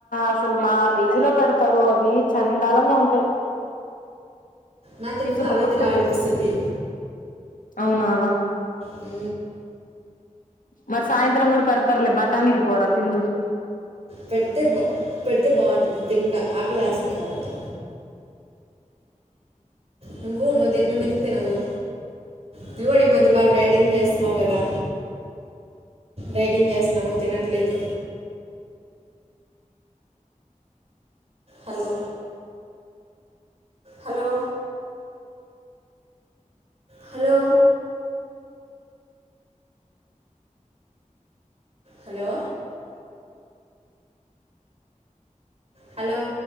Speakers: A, on the left (about 85°); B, on the right (about 50°).
A: అసలు మా పీజీలో పెడతారు అవి చండాలంగా ఉంటాయి
B: నాకెందుకు
A: ఇసుకు
B: అవే
A: పుట్టద్ది
B: తినలనిపిస్తుంది
A: అవునా
B: ఉ
A: మరి సాయంత్రం కూడా పెడతారులే బటానీలు కోర తిందు
B: పెడితే బా పెడితే బాగుంటుంది తింటా ఆకలేస్తుంది కాబట్టి నువ్వు నువ్ ఎందుకు తినవు నువ్వు నువ్వు కూడా ఈ మధ్య బాగా డైటింగ్ చేస్తున్నావు కదా డైటింగ్ చేస్తున్నావు తినట్లేదు hello hello hello hello hello